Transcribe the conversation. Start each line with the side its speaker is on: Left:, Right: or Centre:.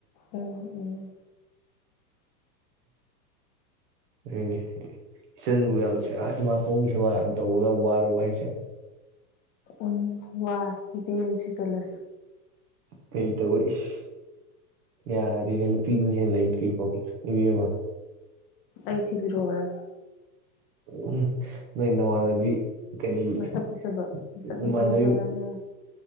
Left: ꯎꯝ ꯎꯝ
Right: ꯌꯦꯡꯒꯦ ꯏꯆꯟꯕꯨ ꯌꯥꯝ ꯏꯃꯥ ꯄꯥꯎꯪꯒꯤ ꯁꯦꯕꯥ ꯇꯧꯕ ꯌꯥꯝ ꯋꯥꯔꯕꯣ ꯍꯥꯏꯁꯦ
Left: ꯎꯝ ꯋꯥꯔ ꯍꯦꯌꯦꯡ ꯊꯤꯖꯤꯜꯂꯁꯤ
Right: ꯀꯩ ꯇꯧꯔ ꯏꯁ ꯌꯥꯗꯦꯅ ꯅꯨꯄꯤꯗꯨꯅ ꯍꯦꯟꯅ ꯂꯩꯇ꯭ꯔꯤꯀꯣ ꯏꯕꯦꯝꯃ
Left: ꯑꯩ ꯊꯤꯕꯤꯔꯛꯑꯣꯔꯥ
Right: ꯎꯝ ꯅꯣꯏ ꯅꯃꯥꯟꯅꯕꯤ ꯀꯔꯤ
Left: ꯃꯁꯛ ꯐꯖꯕ ꯃꯁꯛ
Right: ꯅꯃꯥꯟꯅꯕꯤ
Left: ꯐꯖ ꯐꯖꯕ ꯌꯥꯝ ꯌꯥꯎ